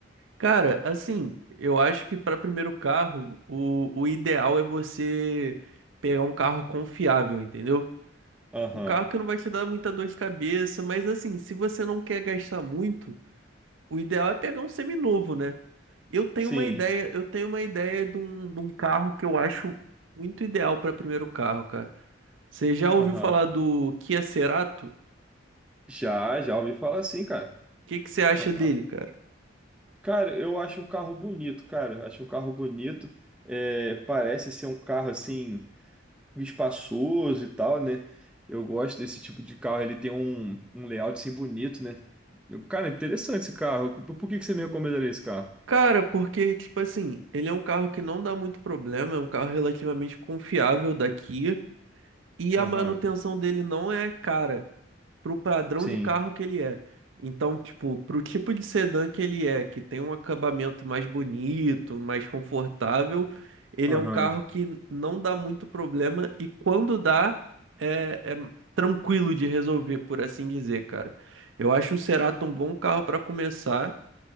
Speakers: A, on the right; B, in the centre.
A: Cara, assim, eu acho que para primeiro carro, o, o ideal é você pegar um carro confiável, entendeu?
B: Aham.
A: Um carro que não vai te dar muita dor de cabeça, mas assim, se você não quer gastar muito, o ideal é pegar um seminovo, né? Eu tenho
B: Sim,
A: uma ideia, eu tenho uma ideia de um, de um carro que eu acho muito ideal para primeiro carro, cara. Você já ouviu
B: aham.
A: falar do Kia Cerato? O
B: Já, já ouvi falar assim, cara.
A: que que você acha
B: É o carro.
A: dele, cara?
B: Cara, eu acho um carro bonito, cara. Acho um carro bonito. É, parece ser um carro assim, espaçoso e tal, né? Eu gosto desse tipo de carro. Ele tem um, um layout assim bonito, né? Eu- cara, é interessante esse carro. Por por que que você me recomendaria esse carro?
A: Cara, porque, tipo assim, ele é um carro que não dá muito problema, é um carro relativamente confiável da Kia, e
B: Aham,
A: a manutenção dele não é cara pro padrão
B: sim.
A: de carro que ele é. Então, tipo, pro tipo de sedã que ele é, que tem um acabamento mais bonito, mais confortável, ele
B: Aham,
A: é um carro que não dá muito problema, e quando dá, é, é tranquilo de resolver, por assim dizer, cara. Eu acho o Cerato um bom carro para começar.